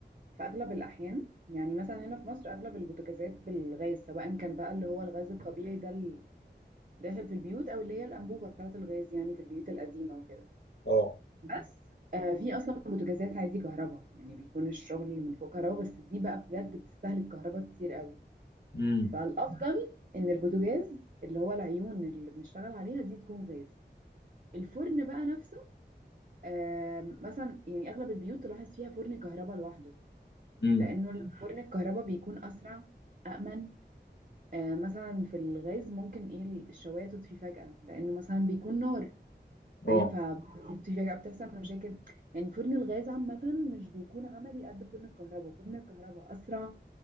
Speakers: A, on the right; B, on the left.
A: في اغلب الاحيان يعني مثلا هنا في مصر اغلب البوتاجازات بالغاز سواء كان بقى اللي هو الغاز الطبيعي ده اللي داخل في البيوت او اللي هي الانبوبه بتاعه الغاز يعني في البيوت القديمه وكده
B: اه
A: بس آه في اصلا بوتاجازات عادي كهرباء يعني بيكون الشغل من فوق كهرباء بس دي بقى بجد بتستهلك كهرباء كتير قوي
B: امم
A: فالافضل ان البوتاجاز اللي هو العيون اللي بنشتغل عليها دي تكون غاز الفرن بقى نفسه آه مثلا يعني اغلب البيوت تلاحظ فيها فرن كهرباء لوحده
B: امم
A: لأنه ال- فرن الكهرباء بيكون أسرع أأمن آه مثلا في الغاز ممكن إيه الشواية تطفي فجأة لأنه مثلا بيكون نار
B: اه
A: فاهم فبتطفي فجأة بتحصل مشاكل يعني فرن الغاز عامة مش بيكون عملي قد فرن الكهرباء فرن الكهرباء أسرع